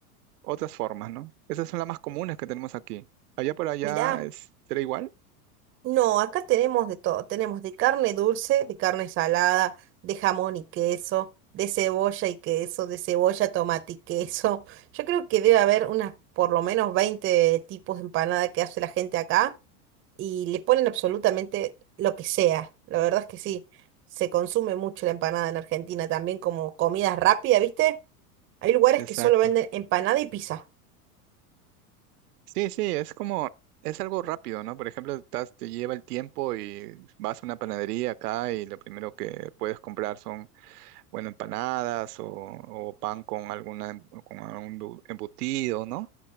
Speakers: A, on the right; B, on the right.
A: otras formas, ¿no? Esas son las más comunes que tenemos aquí. Allá por allá
B: Mirá.
A: es, será igual.
B: No, acá tenemos de todo. Tenemos de carne dulce, de carne salada, de jamón y queso, de cebolla y queso, de cebolla, tomate y queso. <laughs> Yo creo que debe haber unas por lo menos 20 tipos de empanada que hace la gente acá y le ponen absolutamente lo que sea. La verdad es que sí, se consume mucho la empanada en Argentina también como comida rápida, ¿viste? Hay lugares
A: Exacto.
B: que solo venden empanada y pizza.
A: Sí, sí, es como, es algo rápido, ¿no? Por ejemplo, estás- te lleva el tiempo y vas a una panadería acá y lo primero que puedes comprar son bueno, empanadas o, o pan con alguna, em- con algún bu- embutido, ¿no?